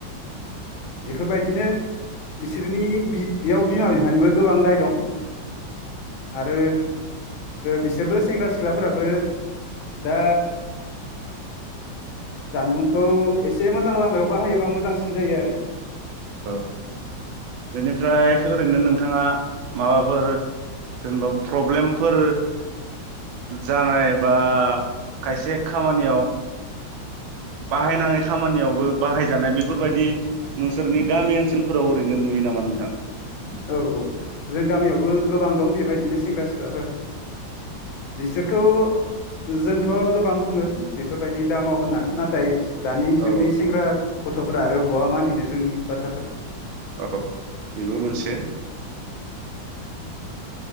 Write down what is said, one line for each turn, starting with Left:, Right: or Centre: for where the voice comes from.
Left: इफोरबायदिनो बिसोरनि बेयाव बिमा बिफानिबो गोबां दाय दं। आरो बिसोरबो सेंग्रा सि ख्लाफ्राबो दा जानबुंखौ एसे मोजां लामायाव बाहायोबा मोजांसिन जायो आरो
Right: औ बेनिफ्राय ओरैनो नों थांङा माबाफोर जेनेबा प्रब्लेमफोर जानाय बा खायसे खामानियाव बाहायनाङै खामानियावबो बाहायजानाय बेफोरबायदि नोंसोरनि गामि ओनसोलफोराव ओरैनो नुयो नामा नोंथां?
Left: औ औ जों गामियावबो गोबां दं बेबायदिनो सेंग्रा सिख्लाफोर। बिसोरखौ जोंथ' गोबां बुङो बेफोरबायदि दामाव होनना नाथा थाय दानि
Right: औ
Left: जुगनि सेंग्रा गथ'फोरा आरो बहा मानिनो जोंनि बाथ्राखौ
Right: औ बेबो मोनसे
Left: <unintelligible>